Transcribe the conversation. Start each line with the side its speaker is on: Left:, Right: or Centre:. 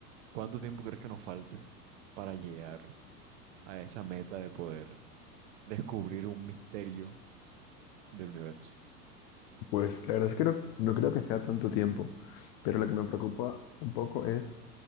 Right: cuánto tiempo crees que nos falte para llegar a esa meta de poder descubrir un misterio del universo?
Left: Pues la verdad es que no, no creo que sea tanto tiempo, pero lo que me preocupa un poco es